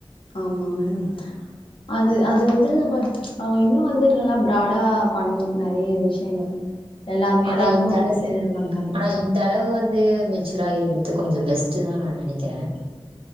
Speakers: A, on the left; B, on the right.
A: ஆமா மேடம் அது அது வந்து நம்ம அவ இன்னு வந்து நல்லா பிரோடா பண்ணு நறைய விஷயங்கள் எல்லாமே
B: ஆனா
A: எல்லாருக்கு
B: இந்த
A: வந்து
B: அளவு
A: சேருற மாரி
B: ஆனா இந்த அளவு வந்து மெச்சூர் ஆயிருக்கற்து கொஞ்சொ பெஸ்ட்டு தா நா நெனைக்கிறே